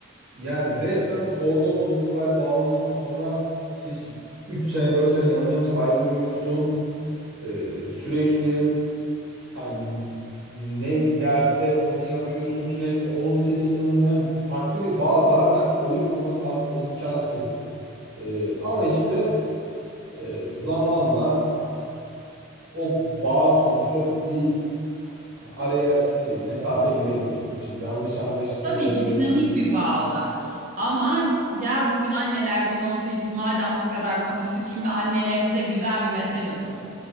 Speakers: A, on the right; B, on the right.
A: Yani resmen bir kordona 9 ay bağlısın sonra işte hiç 3 sene 4 sene yanından hiç ayrılmıyorsun. Ee, sürekli hani ne derse onu yapıyorsun sürekli onun sesi yanında yani bir farklı bir bağ zaten oluşmaması aslında imkansız. Ee, ama işte e, zamanla o bağ sonuçta bir araya işte ne bileyim mesafe girebiliyor. İşte yanlış anlaşılmalar
B: Tabii
A: oluyor.
B: ki dinamik bir bağ o da. Ama gel bugün anneler günü olduğu için madem bu kadar konuştuk şimdi annelerimize güzel bir mesaj atalım.